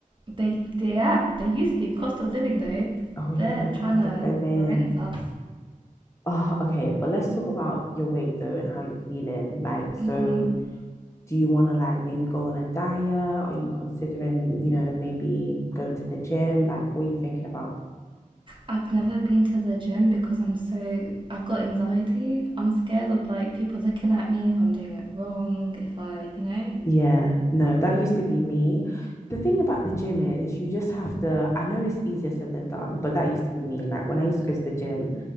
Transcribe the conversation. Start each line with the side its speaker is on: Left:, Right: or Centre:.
Right: They, they, yeah, they used to. Cost of living, though,
Left: Oh yeah,
Right: they're trying
Left: cost
Right: to
Left: of living.
Right: rinse us.
Left: Oh, okay, but let's talk about your weight though and how you're feeling. Like, so
Right: hmm
Left: do you want to like maybe go on a diet? Are you considering, you know, maybe going to the gym? Like, what are you thinking about?
Right: I've never been to the gym because I'm so, I've got anxiety. I'm scared of like people looking at me if I'm doing it wrong, if I, you know.
Left: Yeah, no, that used to be me. The thing about the gym is you just have to, I know it's easier said than done, but that used to be me. Like when I used to go to the gym,